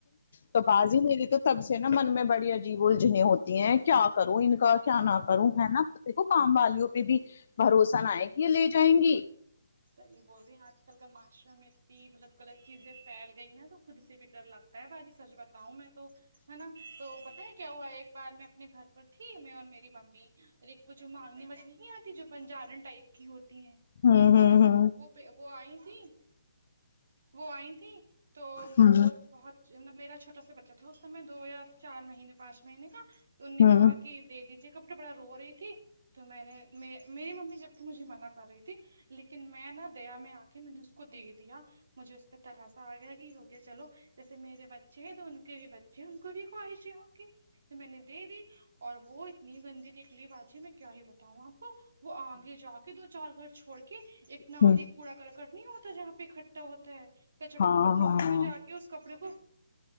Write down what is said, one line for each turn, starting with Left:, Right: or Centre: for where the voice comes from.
Left: تو باجی میری تو تب سے نا من میں بڑی عجیب الجھنیں ہوتی ہیں کیا کروں ان کا کیا نہ کروں ہے نا دیکھو کام والیوں پہ بھی بھروسہ نہ ہے کہ یہ لے جائیں گی
Right: صحیح بول رہی ہیں آج کل کا معاشرے میں اتنی مطلب غلط چیزیں پھیل گئی نا تو خود سے بھی ڈر لگ طے باجی سچ بتاؤں میں تو ہے نا تو پتہ ہے کیا ہوا ایک بار میں اپنے گھر پر تھی میں اور میری ممی اور ایک وہ جو مانگنے والی نہیں آتی جو بنجارن ٹائپ کی ہوتی ہیں
Left: ہوں ہوں
Right: ہے نا
Left: ہوں
Right: وہ وہ آئی تھیں وہ آئی تھیں تو
Left: ہوں
Right: وہ بہت میرا چھوٹا سا بچہ تھا اس س میں دو یا چار مہینے پانچ مہینے کا تو ان نے
Left: ہوں
Right: کہا کہ دے دیجئے گا بڑا رو رہی تھی تو میں نے میری ممی جب تو مجھے منع کر رہی تھی لیکن میں نا دیا میں آ کے میں نے اس کو دے دیا مجھے اس پہ ترس آ گیا ہی ہوگ اچھا چلو جیسے میرے بچے ہیں تو ان کے بھی بچے ہیں ان کو بھی خواہشیں ہوں گی تو میں نے دے دی اور وہ اتنی گندی نکلی باجی میں کیا ہی بتاؤں آپ کو وہ آگے جا کے دو چار گھر چھوڑ کے ایک نالی
Left: ہوں
Right: کوڑا کرکٹ نہیں ہوتا جہاں اکٹھا ہوتا ہے کچرا
Left: ہاں
Right: وہاں
Left: ہاں
Right: پہ جا کے اس کپڑے کو